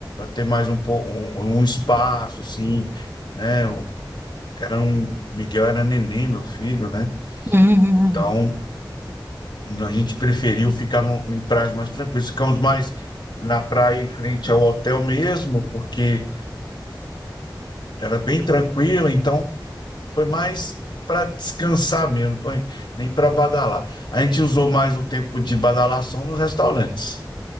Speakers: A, on the left; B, on the right.
A: ter mais um, pouco um, um espaço, assim, né? O- Era um, Miguel era neném, meu filho, né?
B: Hum. hum, hum.
A: Então, a gente preferiu ficar num- em praias mais tranquilas. Ficamos mais na praia em frente ao hotel mesmo, porque era bem tranquila, então foi mais para descansar mesmo, não foi nem para badalar. A gente usou mais o tempo de badalação nos restaurantes